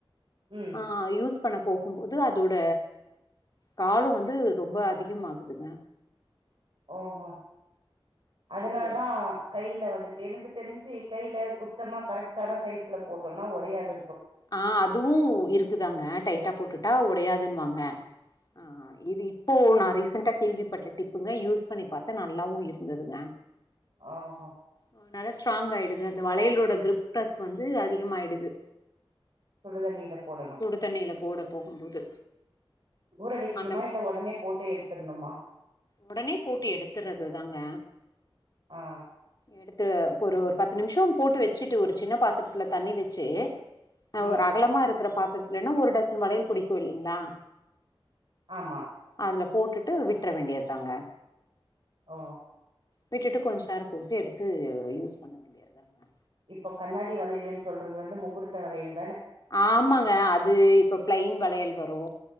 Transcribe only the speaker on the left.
ஆ யூஸ் பண்ண போகும்போது அதோட காலம் வந்து ரொம்ப அதிகமாகுதுங்க
இதுவாய்
ஆ அதுவு இருக்குதாங்க டைட்டா போட்டு உடையாதுன்னுவாங்க ஆ இது இப்போ நா ரீசன்டா கேள்விப்பட்ட டிப்பு யூஸ் பண்ணிப்பாத்தே நல்லாவு இருந்ததுங்க
அ நல்லா ஸ்ட்ராங் ஆயிடுது அந்த வளையலோட கிரிப்டஸ் வந்து அதிகமாயிடுது
சுடு தண்ணியில போட போகும்போது
அந்த
உடனே போட்டு எடுத்துறது தாங்க
எடுத் ஒரு ஒரு பத்து நிமிஷோ போட்டு வச்சுட்டு ஒரு சின்ன பாத்திரத்துல தண்ணி வச்சு ந
ஒரு அகலமா இருக்கிற பாத்திரத்துலன்னா ஒரு டசன் வளையல் புடிக்கு இல்லைங்களா
அதுல போட்டுட்டு விட்டுற வேண்டியதுதாங்க
விட்டுட்டு கொஞ்ச நேரோ கொடுத்து எடுத்து யூஸ் பண்ண வேண்டியது தனே
ஆமாங்க அது இப்ப பிளைன் வளையல் வரு